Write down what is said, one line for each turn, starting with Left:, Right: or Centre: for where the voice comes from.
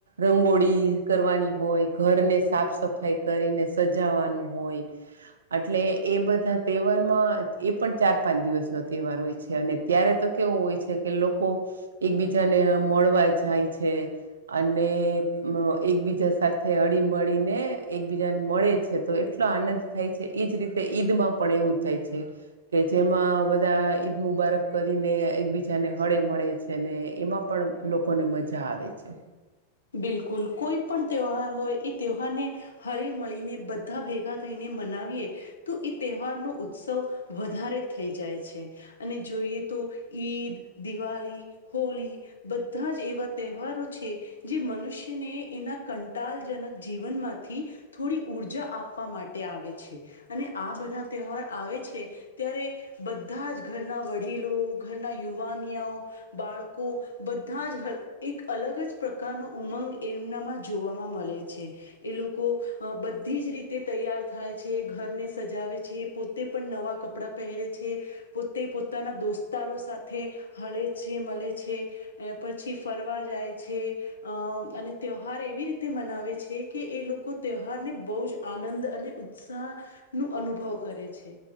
Right: રંગોળી કરવાની હોય, ઘરને સાફ સફાઈ કરીને સજાવાનું હોય. એટલે એ બધા તહેવારમાં એ પણ ચાર પાંચ દિવસનો તહેવાર હોય છે અને ત્યારે તો કેવું હોય છે કે લોકો એકબીજાને મળવા જાય છે. અને અ એકબીજા સાથે અળી મળીને એકબીજાને મળે છે. તો એટલો આનંદ થાય છે, ઈજ રીતે ઈદ માં પણ એવું થાય છે. કે જેમાં બધા ઈદ મુબારક કરીને, એકબીજાને હળે મળે છે ને એમાં પણ લોકોને મજા આવે છે.
Left: બિલકુલ, કોઈ પણ તહેવાર હોય, એ તહેવારને હળી મળીને, બધા ભેગા થઈને મનાવીએ તો એ તહેવારનો ઉત્સવ વધારે થઈ જાય છે. અને જોઈએ તો ઈદ, દિવાળી હોળી બધા જ એવા તહેવારો છે. જે મનુષ્યને એના કંટાલજનક જીવનમાંથી થોડી ઉર્જા આપવા માટે આવે છે અને આ બધા તહેવાર આવે છે ત્યારે બધા જ ઘરના વડીલો, ઘરના યુવાનિયાઓ બાળકો બધા જ એક અલગ જ પ્રકારનો ઉમંગ એમનામાં જોવામાં મળે છે. એ લોકો બધી જ રીતે તૈયાર થાય છે, ઘરને સજાવે છે પોતે પણ નવાં કપડાં પહેરે છે. પોતે પોતાના દોસ્તારો સાથે હળે છે મળે છે. પછી ફરવા જાય છે. અ અને તહેવાર એવી રીતે મનાવે છે કે એ લોકો તહેવારને બહુ જ આનંદ અને ઉત્સાહ નું અનુભવ કરે છે.